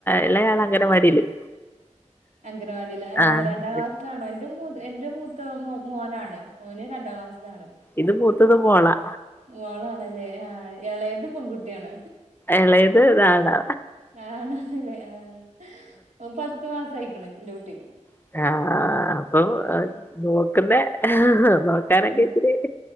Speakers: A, on the left; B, on the right.
A: ഇളയാള് അംഗനവാടിയിലും
B: അംഗൻവാടിയിൽ ഓഹ്
A: ആഹ്
B: രണ്ടാം ക്ലാസ് ണോ എന്റെ എന്റെ മൂത്ത മോനാണ് മോന് രണ്ടാം ക്ലാസ്സിലാണ്
A: ഇത് മൂത്തത് മോളാ
B: മോളാണല്ലേ ആഹ് എളേത് പെൺകുട്ടിയാണ്
A: ഇളയത് ഇതാണ്
B: ആണല്ലേ ആഹ് പത്ത് പത്ത് മാസം ആയിക്കണ് എൻ്റെ കുട്ടിക്ക്
A: അഹ്
B: ഏഹ്
A: <unintelligible>
B: ഏഹ്